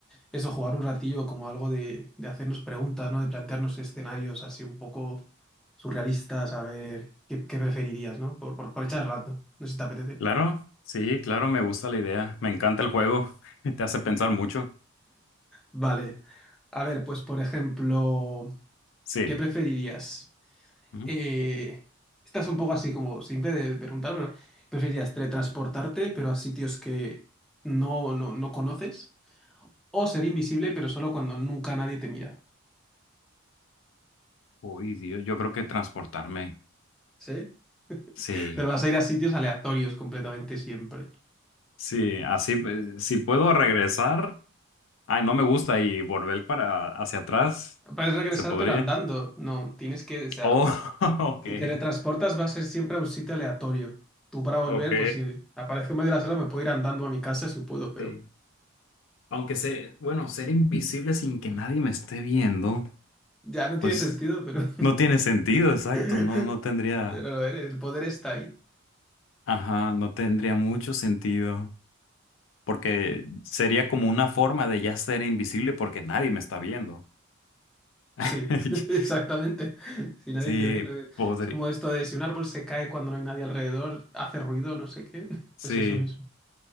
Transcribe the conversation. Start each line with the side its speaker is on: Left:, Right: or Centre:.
Centre: eso, jugar un ratillo como algo de, de hacernos preguntas, ¿no? De plantearnos escenarios así un poco surrealistas, a ver qué, qué preferirías, ¿no? Por, por, por echar el rato, no sé si te apetece.
Left: Claro, sí, claro, me gusta la idea. Me encanta el juego. <laughs> Te hace pensar mucho.
Centre: Vale, a ver, pues por ejemplo,
Left: Sí.
Centre: ¿qué preferirías?
Left: Ujú.
Centre: eh, estás un poco así como simple de preguntar, pero ¿preferirías teletransportarte, pero a sitios que no, no, no conoces? ¿O ser invisible, pero solo cuando nunca nadie te mira?
Left: Uy, Dios, yo creo que transportarme.
Centre: ¿Sí?
Left: Sí,
Centre: Pero vas a ir a sitios aleatorios completamente siempre.
Left: sí, así, pues, si puedo regresar. Ay, no me gusta y volver para hacia atrás.
Centre: Puedes regresar,
Left: ¿Se podría?
Centre: pero andando. No, tienes que, o sea,
Left: Oh, <laughs>
Centre: si
Left: ok.
Centre: teletransportas va a ser siempre a un sitio aleatorio. Tú para volver,
Left: Ok.
Centre: pues si aparezco en medio de la sala, me puedo ir andando a mi casa si puedo, pero
Left: Sí. Aunque ser, bueno, ser invisible sin que nadie me esté viendo,
Centre: ya no tiene
Left: pues.
Centre: sentido, pero...
Left: No tiene sentido, exacto.
Centre: <laughs>
Left: No, no tendría,
Centre: Pero lo eres, el poder está ahí.
Left: ajá, no tendría mucho sentido. Porque sería como una forma de ya ser invisible porque nadie me está viendo. <laughs>
Centre: Sí, <laughs> exactamente. Si nadie
Left: Sí,
Centre: te ve, no- es
Left: podría.
Centre: como esto de si un árbol se cae cuando no hay nadie alrededor, hace ruido, no sé qué. <laughs>
Left: Sí.
Centre: Pues eso mismo.